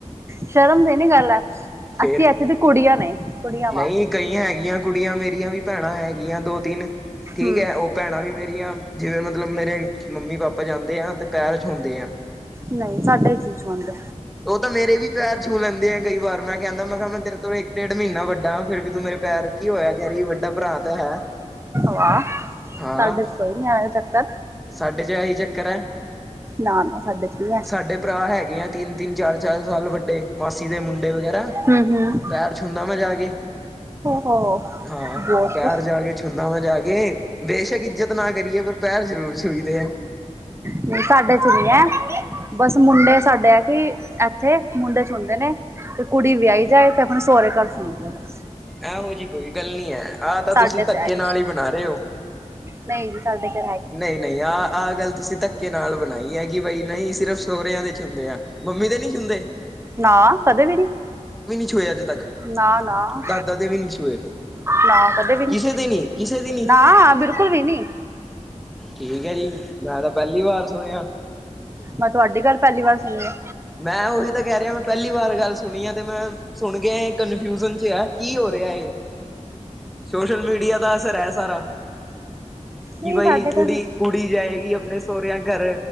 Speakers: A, on the right (about 20°); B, in the centre.
A: ਸ਼ਰਮ ਦੀ ਨੀ ਗੱਲ ਹੈ
B: ਫੇਰ
A: ਅਸੀਂ ਇੱਥੇ ਦੀ ਕੁੜੀਆਂ ਨੇ। ਕੁੜੀਆਂ
B: ਨਹੀਂ
A: ਵਾਂ
B: ਕਈ ਹੈਗੀਆਂ ਕੁੜੀਆਂ ਮੇਰੀਆਂ ਵੀ ਭੈਣਾਂ ਹੈਗੀਆਂ ਦੋ ਤਿੰਨ ਠੀਕ
A: ਹਮ
B: ਹੈ। ਭੈਣਾਂ ਵੀ ਮੇਰੀਆਂ ਜਿਵੇਂ ਮਤਲਬ ਮੇਰੇ ਮੰਮੀ ਪਾਪਾ ਜਾਂਦੇ ਆ ਤੇ ਪੈਰ ਛੂੰਦੇ ਆ।
A: ਨਹੀਂ ਸਾਡੇ ਚ ਨੀ ਛੂਆਂਦੇ।
B: ਉਹ ਤਾਂ ਮੇਰੇ ਵੀ ਪੈਰ ਛੂ ਲੈਂਦੇ ਆ ਕਈ ਵਾਰ ਮੈਂ ਕਹਿੰਦਾ ਮੈਂ ਕਿਹਾ ਮੈਂ ਤੇਰੇ ਤੋਂ ਵੀ, ਡੇਢ ਮਹੀਨਾ ਵੱਡਾ ਫ਼ੇਰ ਵੀ ਤੂੰ ਮੇਰੇ ਪੈਰ ਕੀ ਹੋਇਆ ਕਹਿ ਰਹੀ ਵੱਡਾ ਭਰਾ ਤਾਂ ਹੈ।
A: ਵਾਹ
B: ਹਾਂ
A: ਸਾਡੇ ਚ ਕੋਈ ਨੀ ਐਵੇਂ ਚੱਕਰ।
B: ਸਾਡੇ ਚ ਇਹੀ ਚੱਕਰ ਹੈ
A: ਨਾ ਨਾ ਸਾਡੇ ਚ ਨਹੀਂ ਹੈ
B: ਸਾਡੇ ਭਰਾ ਹੈਗੇ ਆ ਤਿੰਨ ਤਿੰਨ ਚਾਰ ਚਾਰ ਸਾਲ ਵੱਡੇ ਮਾਸੀ ਦੇ ਮੁੰਡੇ ਵਗੈਰਾ
A: ਹਮ ਹਮ
B: ਪੈਰ ਛੁੰਦਾ ਮਾ ਜਾ ਕੇ
A: ਹੋ
B: ਹਾਂ
A: ਬਹੁਤ
B: ਪੈਰ ਜਾ ਕੇ ਛੁੰਦਾ ਮਾ ਜਾ ਕੇ ਬੇਸ਼ਕ ਇੱਜ਼ਤ ਨਾ ਕਰੀਏ ਪਰ ਪੈਰ ਜ਼ਰੂਰ ਛੂਈਦੇ ਆ
A: ਨਹੀਂ ਸਾਡੇ ਚ ਨਹੀਂ ਹੈ ਬਸ ਮੁੰਡੇ ਸਾਡੇ ਆ ਕਿ ਇੱਥੇ ਮੁੰਡੇ ਸ਼ੁੰਦੇ ਨੇ ਤੇ ਕੁੜੀ ਵਿਆਹੀ ਜਾਏ ਤੇ ਆਪਣੇ ਸਹੁਰੇ ਘਰ ਚਲੀ ਜਾਵੇ ਬਸ
B: ਇਹੋ ਜਹੀ ਕੋਈ ਗੱਲ ਨੀ ਹੈ ਆਹ ਤਾਂ
A: ਸਾਡੇ
B: ਤੁਸੀਂ
A: ਤੇ
B: ਧੱਕੇ
A: ਆਏ
B: ਨਾਲ ਹੀ ਬਣਾ ਰਹੇ ਹੋ
A: ਨਹੀਂ ਜੀ ਸਾਡੇ ਕ
B: ਨਹੀਂ ਨਹੀਂ ਆਹ ਆਹ ਗੱਲ ਤੁਸੀਂ ਧੱਕ ਕੇ ਨਾਲ ਬਣਾਈ ਹੈ ਕਿ ਬਈ ਨਹੀਂ ਸਿਰਫ ਸੋਹੁਰਿਆਂ ਦੇ ਛੁੰਦੇ ਆ ਮੰਮੀ ਤੇ ਨਹੀਂ ਛੁੰਦੇ
A: ਨਾ ਕਦੇ ਵੀ ਨੀ
B: ਛੂਏ ਅੱਜ ਤੱਕ
A: ਨਾ ਨਾ
B: ਦਾਦਾ ਦੇ ਵੀ ਨਹੀਂ ਛੂਏ।
A: ਨਾ ਕਦੇ ਵੀ ਨੀ
B: ਕਿਸੇ ਦੇ ਕਿਸੇ ਦੀ ਨੀ
A: ਨਾ ਬਿਲਕੁਲ ਵੀ ਨੀ
B: ਠੀਕ ਹੈ ਜੀ ਮੈਂ ਤਾਂ ਪਹਿਲੀ ਵਾਰ ਸੁਣਿਆ
A: ਮੈਂ ਤੁਹਾਡੀ ਗੱਲ ਪਹਿਲੀ ਵਾਰ ਸੁਣੀ ਆ
B: ਮੈਂ ਉਹੀ ਤਾਂ ਕਹਿ ਰਿਹਾ ਮੈਂ ਪਹਿਲੀ ਵਾਰ ਗੱਲ ਸੁਣੀ ਆ ਤੇ ਮੈਂ ਸੁਣ ਗਿਆ ਇਹ ਕਨਫਿਊਜ਼ਨ ਚ ਆ ਕੀ ਹੋ ਰਿਹਾ ਇਹ ਸੋਸ਼ਲ ਮੀਡੀਆ ਦਾ ਅਸਰ ਹੈ ਸਾਰਾ ਕਿ
A: ਨਹੀਂ
B: ਬਾਈ
A: ਸਾਡੇ ਘਰ
B: ਕੁੜੀ ਕੁੜੀ ਜਾਏਗੀ ਆਪਣੇ ਸਹੁਰਿਆਂ ਘਰ